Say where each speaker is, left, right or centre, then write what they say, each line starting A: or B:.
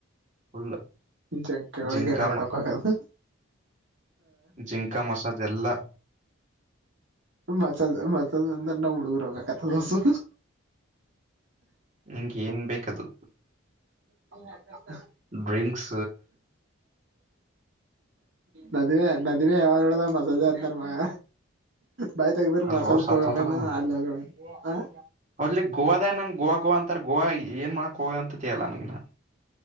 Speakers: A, on the right; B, on the right.
A: ಫುಲ್
B: ಜಂಕೆಗಳಳಿಗೆನ
A: ಜಿಂಕ
B: <unintelligible> ಆಗದ
A: ಜಿಂಕಾ ಮಸಾಜ್ ಎಲ್ಲಾ
B: ಮಾಸ ಮಾಸ ನಂದನ್ನ ಡುರ ಕಥ ಬಸು
A: ನಿಂಗೆ ಏನ್ ಬೇಕ ಅದು
B: ಹ
A: ಡ್ರಿಂಕ್ಸ್
B: ನದಿವೆ ನದಿವೆ ಯಾವ ನೋಡದ ಮಸಜೆ ಅಂತಾರ ಮಗ ಬಾಯಿ ತಗದ್ರ
A: ಅಲ್ಲಿ
B: ಮಸಾಲ
A: ಹೋಗಿ ಸತ್
B: ಕೊಗಮೇನು
A: ಹೋತಾನವ
B: ಅ ಹೋಗೇ ಹ
A: ಅಲ್ಲಿ ಗೋವದ ನಂಗಗೆ ಗೋವಾ ಗೋವಾ ಅಂತಾರ ಗೋವಾ ಏನ್ ಮಾಡಕೋ ಅಂತ ತಿೇಲ ನಂಗ ನಾ